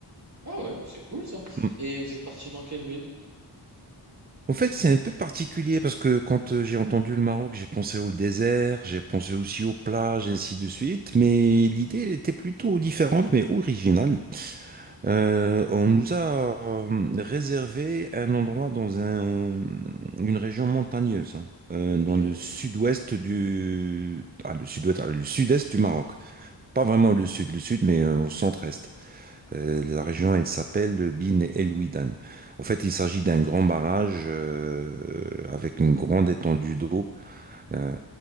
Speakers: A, on the right; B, on the right.
A: Ah ouais, c'est cool ça.
B: Mm.
A: Et vous êtes parti dans quelle ville?
B: En fait, c'est un peu particulier parce que quand euh, j'ai entendu le Maroc, j'ai pensé au désert, j'ai pensé aussi aux plages, ainsi de suite. Mais l'idée, elle était plutôt différente, mais originale. Euh, on nous a euh, réservé un endroit dans un- une région montagneuse, hein, euh,
A: Ok,
B: dans le sud-ouest du, ah, le sud-ouest, ah, le sud-est du Maroc. Pas vraiment le sud, le sud, mais euh, au centre-est. Euh, la région, elle s'appelle Bin El Ouidan. En fait, il s'agit d'un grand
A: ok.
B: barrage euh, avec une grande étendue d'eau. Euh,